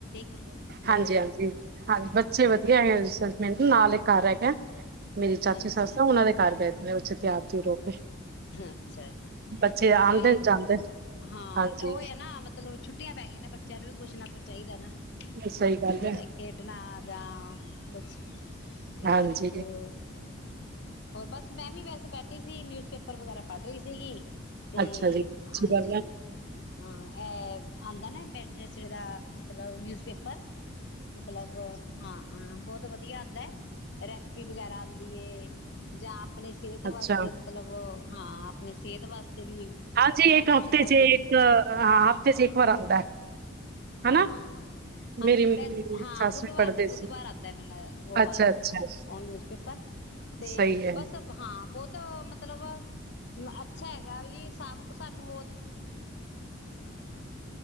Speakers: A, on the left (about 55°); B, on the right (about 45°).
A: ਹੈ ਬੱਚੇ
B: ਹਾਂਜੀ ਹਾਂਜੀ ਹਾਂਜੀ ਬੱਚੇ ਵਧੀਆ ਹੈ। ਮੈਨੂੰ ਨਾਲ ਮੈਨੂੰ ਨਾਲ ਹੀ ਕਾਰ ਹੈ। ਹੈ। ਮੇਰੀ ਚਾਚੀ
A: ਅੱਛਾ
B: ਸੱਸ ਆ ਉਹਨਾਂ ਦੇ ਘਰ ਗਏ। ਬੱਚੇ ਤਿਆਰ ਤੂਰ ਹੋ ਕੇ
A: ਅੱਛਾ ਜੀ
B: ਬੱਚੇ
A: ਬਸ
B: ਆਂਦੇ
A: ਉਹੀ ਹੈ
B: ਨੇ
A: ਨਾ
B: ਜਾਂਦੇ ਨੇ।
A: ਹਾਂ
B: ਹਾਂਜੀ,
A: ਉਹ ਹੈ ਨਾ ਮਤਲਬ ਛੁੱਟੀਆਂ ਪੈ ਗਈਆਂ ਨੇ ਬੱਚਿਆਂ ਨੂੰ ਵੀ ਕੁਛ ਨਾ ਕੁਛ ਚਾਹੀਦਾ ਨਾ।
B: ਸਹੀ ਗੱਲ
A: ਉਹ
B: ਹੈ,
A: ਤਾਂ ਖੇਡਣਾ ਆ ਜਾਂ ਕੁਛ ਤੇ
B: ਹਾਂਜੀ
A: ਹੋਰ ਹੋਰ ਬਸ ਮੈਂ ਵੀ ਵੈਸੇ ਬੈਠੀ ਸੀ ਨਿਊਜ਼ਪੇਪਰ ਵਗੈਰਾ ਪੜ੍ਹ ਰਹੀ ਸੀਗੀ। ਤੇ
B: ਅੱਛਾ ਜੀ, ਅੱਛੀ
A: ਹਾਂਜੀ
B: ਗੱਲ ਹੈ,
A: ਹਾਂ ਇਹ ਆਂਦਾ ਨਾ ਮੈ <unintelligible> ਦਾ ਮਤਲਬ ਨਿਊਜ਼ ਪੇਪਰ ਮਤਲਬ ਹਾਂ। ਹਾਂ ਬਹੁਤ ਵਧੀਆ ਆਉਂਦਾ ਹੈ, ਰੈਸਪੀ ਵਗੈਰਾ ਆਉਂਦੀ ਏ। ਜਾਂ ਆਪਣੀ ਸਿਹਤ
B: ਅੱਛਾ-ਅੱਛਾ
A: ਵਾਸਤੇ ਮਤਲਬ ਹਾਂ ਆਪਣੀ ਸਿਹਤ ਵਾਸ ਤੇ ਵੀ
B: ਹਾਂਜੀ
A: ਬੜਾ
B: ਇੱਕ ਹਫ਼ਤੇ
A: ਕੁਛ ਦੱਸਦੇ
B: ਚ
A: ਨੇ।
B: ਇੱਕ ਹਾਂ ਹਫ਼ਤੇ ਚ ਇੱਕ ਵਾਰ ਆਂਦਾ ਹਨਾ,
A: ਹਾਂ ਹਾਂਜੀ
B: ਮੇਰੀ ਮੇਰੀ
A: ਵਸ ਹਾਂ
B: ਸੱਸ
A: ਬੁੱਧਵਾਰ
B: ਵੀ ਪੜ੍ਹਦੇ
A: ਦੇ ਬੁੱਧਵਾਰ
B: ਸੀ,
A: ਆਉਂਦਾ ਮੈਨੂੰ ਲਗ ਸੋਮਵਾਰ
B: ਅੱਛਾ-ਅੱਛਾ
A: ਉਹ ਨਿਊਜਪੇਪਰ। ਤੇ
B: ਸਹੀ ਹੈ,
A: ਬਸ ਅਬ ਹਾਂ ਹਾਂ ਬਹੁਤ ਮਤਲਬ ਅੱਛਾ ਹੈਗਾ ਵੀ ਸਬ ਕੁ ਸਾਨੂੰ ਉਹ